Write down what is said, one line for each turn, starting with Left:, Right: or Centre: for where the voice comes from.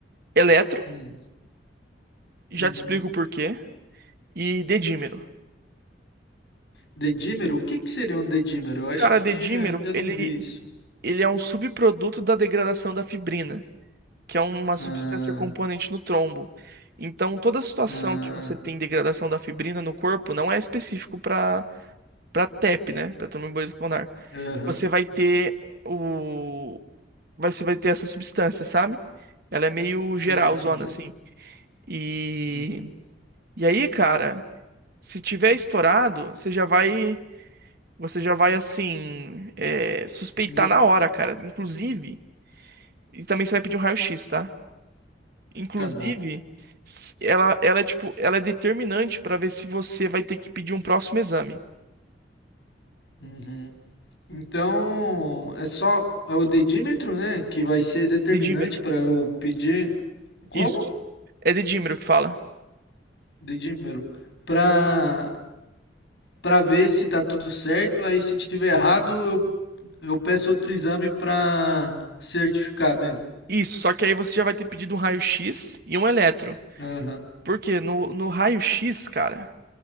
Right: eletro,
Left: hum,
Right: já
Left: uhum.
Right: te explico o porquê, e dedímero.
Left: Dedímero? O que que seria um dedímero? Eu acho
Right: Cara,
Left: que
Right: dedímero,
Left: ainda não
Right: ele,
Left: vi isso.
Right: ele é um subproduto da degradação da fibrina. que é uma substância
Left: Ah,
Right: componente no trombo. Então, toda situação
Left: ah,
Right: que você tem degradação da fibrina no corpo não é específico para para TEP, né? Para tromboembolismo pulmonar.
Left: aham.
Right: Você vai ter o vai- você vai ter essa substância, sabe? Ela é meio geral,
Left: Ah, entendi.
Right: zona assim. E
Left: Uhum.
Right: e aí, cara, se tiver estourado, você já vai você já vai assim é, suspeitar
Left: No-
Right: na hora, cara. Inclusive, e também você vai pedir um raio-x, tá? Inclusive,
Left: tá bom.
Right: s- ela, ela é tipo, ela é determinante pra ver se você vai ter que pedir um próximo exame.
Left: Uhum. Então, é só é o dedímetro, né, que vai ser determinante
Right: Dedímero.
Left: para eu pedir como?
Right: Isso. É dedímero que fala.
Left: Dedímetro. Para
Right: Aham.
Left: para ver se tá tudo certo, aí se tiver errado, eu, eu peço outro exame para certificar mesmo.
Right: Isso, só que aí você já vai ter pedido um raio-x e um eletro.
Left: Aham.
Right: Porque no, no raio-x, cara,